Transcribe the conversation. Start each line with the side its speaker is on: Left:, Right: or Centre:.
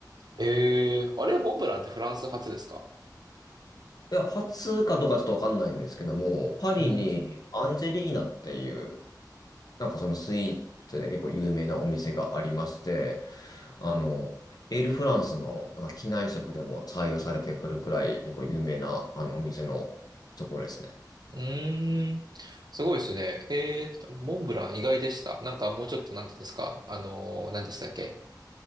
Right: えー、あれ、モンブランってフランス発ですか
Left: いや、初かどうかちょっとわかんないんですけども、パリにアンジェリーナっていう、
Right: うん。
Left: なんかそのスイーツで結構有名なお店がありまして、あの、エールフランスのなんか機内食でも採用されてくるくらい結構有名なあのお店のところですね。
Right: うーん。すごいですね。えー、モンブラン意外でした。なんかもうちょっと、なんていうんですか。あのー、なんでしたっけ。